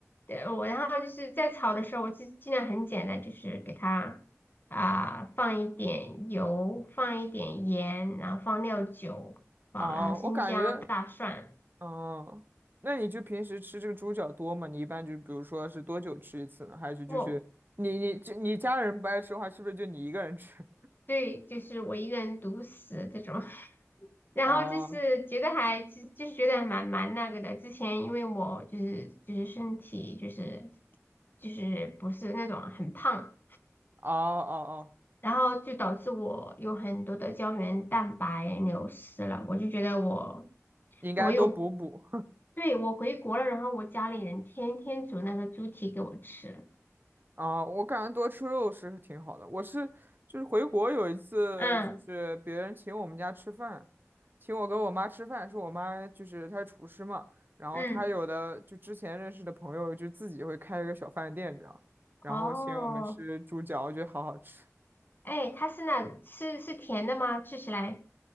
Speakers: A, on the left (about 40°); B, on the right (about 40°).
A: 对，我然后就是在炒的时候，我就尽量很简单，就是给它啊、放一点油，放一点盐，然后放料酒，放然后生姜、
B: 哦，我感觉，
A: 大蒜。
B: 嗯，那你就平时吃这个猪脚多吗？你一般就比如说是多久吃一次呢？还是就是你你这你家人不爱吃的话，
A: 我
B: 是不是就你一个人吃？
A: 对，就是我一个人独食这种，<laughs> 然后就是觉得还就就是觉得还蛮蛮那个的。
B: 哦
A: 之前因为我就是就是身体就是就是不是那种很胖。
B: 哦哦哦，
A: 然后就导致我有很多的胶原蛋白流失了，我就觉得我
B: 应该多补补。
A: 我有，对，我回国了，然后我家里人天天煮那个猪蹄给我吃，
B: 啊，我感觉多吃肉是挺好的。我是就是回国有一次，
A: 嗯
B: 就是别人请我们家吃饭，请我跟我妈吃饭，是我妈就是她是厨师嘛，然后她有的就之前认识的朋友就自己会开一个小饭店这样，
A: 嗯，
B: 然后请我们吃猪脚，
A: 哦，
B: 我觉得好好吃。
A: 哎，它是那是是甜的吗？吃起来，